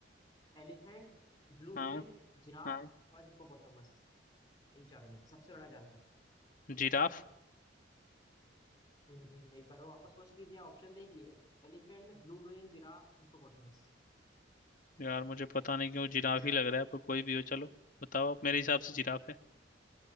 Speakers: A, on the left; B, on the left.
A: एलिफेंट ब्लू
B: हाँ
A: व्हेल जिराफ
B: हाँ
A: और हिप्पोपोटामस इन चारों में से सबसे बड़ा जानवर
B: जिराफ
A: हम्म, एक बार और वापस सोच लीजिए ऑप्शन देख लिए Elephant blue whale giraffe hippopotamus
B: यार मुझे पता नहीं क्यों जिराफ ही लग रहा है पर कोई भी हो चलो बताओ आप मेरे हिसाब से जिराफ है